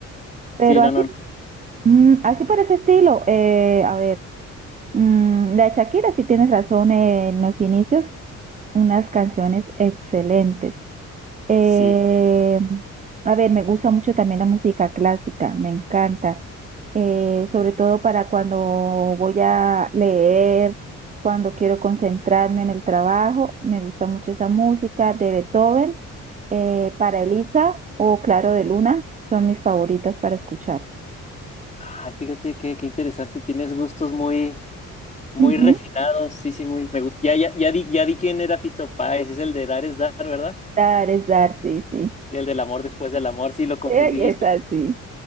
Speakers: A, on the right; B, on the left.
A: Pero
B: Sí, no,
A: así,
B: no, no.
A: mm, así por ese estilo, eh, a ver, mm, la de Shakira sí tienes razón eh, en los inicios, unas canciones excelentes. Eh,
B: Sí.
A: a ver, me gusta mucho también la música clásica, me encanta, eh, sobre todo para cuando voy a leer, cuando quiero concentrarme en el trabajo, me gusta mucho esa música de Beethoven, eh, para Elisa o Claro de Luna, son mis favoritas para escuchar.
B: Ah, fíjate qué, qué interesante, tienes gustos muy, Muy
A: Ujú.
B: refinado, sí, sí, muy, me gusta. Ya, ya, ya di, ya di quién era Fito Páez, es el de dar es dar, ¿verdad?
A: Dar es dar, sí, sí.
B: Y el del amor después del amor, sí, lo confundí.
A: Ey,
B: Es
A: es
B: que,
A: así.